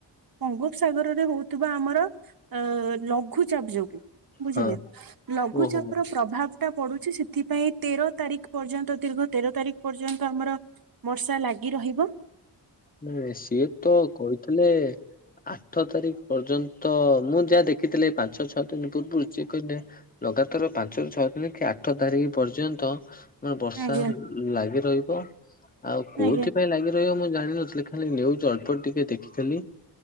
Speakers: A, on the right; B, on the left.
A: ବଙ୍ଗୋପସାଗରରେ ହଉଥିବା ଆମର ଅ ଲ ଘୁଚାପ ଯୋଗୁ ବୁଝିଲେ
B: ହଁ
A: ଲଘୁଚାପ
B: ଓହୋ
A: ର ପ୍ରଭାବ ଟା ପଡୁଛି ସେଥିପାଇଁ ତେର ତାରିଖ ପର୍ଯ୍ୟନ୍ତ ଦୀର୍ଘ ତେର ତାରିଖ ପର୍ଯ୍ୟନ୍ତ ଆମର ବର୍ଷା ଲାଗି ରହିବ।
B: ନ ସିଏ ତ କହିଥିଲେ ଆଠ ତାରିଖ ପର୍ଯ୍ୟନ୍ତ ମୁଁ ଯାହା ଦେଖିଥିଲି ପାଞ୍ଚ ଛଅ ଦିନ ପୂର୍ବରୁ ଯିଏ କହିଲେ ଲଗାତାର ପାଞ୍ଚରୁ ଛଅ ଦିନ କି ଆଠ ତାରିଖ ପର୍ଯ୍ୟନ୍ତ ଉଁ ବର୍ଷା
A: ଆଜ୍ଞା
B: ଲାଗି ରହିବ ଆଉ କୋଉଥିପାଇଁ
A: ଆଜ୍ଞା
B: ଲାଗି ରହିବ ମୁଁ ଜାଣିନଥି ଖାଲି ନିୟୁଜ୍ ଅଳ୍ପ ଟିକେ ଦେଖିଥିଲି।